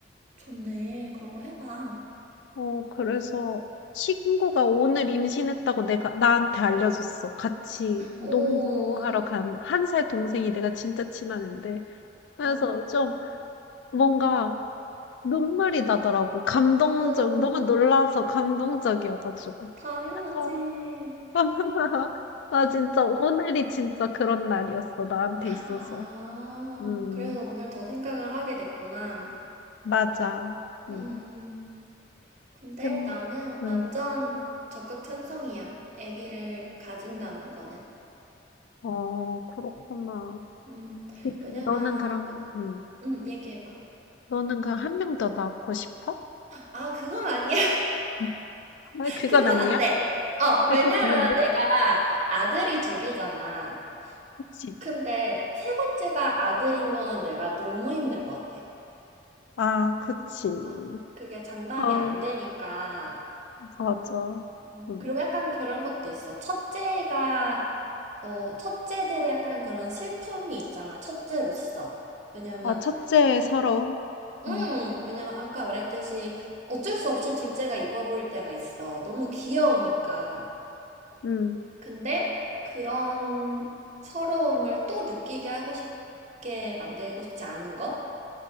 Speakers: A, on the right; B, on the left.
A: 좋네. 그런 거 해봐.
B: 어, 그래서 친구가 오늘 임신했다고 내가 나한테 알려줬어. 같이
A: 오,
B: 농구하러 간 한 살 동생이 내가 진짜 친한 앤데. 그래서
A: 어,
B: 좀 뭔가 눈물이 나더라고. 감동적,
A: 어,
B: 너무 놀라서 감동적이어가지고.
A: 당연하지.
B: 그래서, <laughs> 아, 진짜 오늘이 진짜 그런 날이었어. 나한테 있어서.
A: 아,
B: 음,
A: 그래서 오늘 더 생각을 하게 됐구나.
B: 맞아.
A: 음,
B: 음,
A: 근데
B: 근,
A: 나는
B: 음,
A: 완전 적극 찬성이야. 아기를 가진다는 거는.
B: 어, 그렇구나.
A: 음,
B: 이-
A: 왜냐면,
B: 그- 너는 그럼,
A: 어,
B: 음,
A: 음, 얘기해봐.
B: 너는 그럼 한 명 더 낳고 싶어?
A: 아, 그건 아니야.
B: 음.
A: <laughs>
B: 아, 그건
A: 그건
B: 아니야?
A: 안 돼. 어,
B: 아,
A: 왜냐면
B: 그건 안 돼.
A: 내가 아들이 둘이잖아.
B: 그치.
A: 근데 세 번째가 아들인 거는 내가 너무 힘들 것 같아.
B: 아, 그치.
A: 아, 그게 장담이
B: 어,
A: 안 되니까.
B: 맞아.
A: 음,
B: 음.
A: 그리고 약간 그런 것도 있어. 첫째가, 어, 첫째들의 약간 그런 슬픔이 있잖아. 첫째로서. 왜냐면,
B: 아 첫째 서러움?
A: 음,
B: 음.
A: 왜냐면 아까 말했듯이 어쩔 수 없이 둘째가 이뻐 보일 때가 있어. 너무 귀여우니까.
B: 음.
A: 근데 그런 서러움을 또 느끼게 하고 싶게 만들고 싶지 않은 거?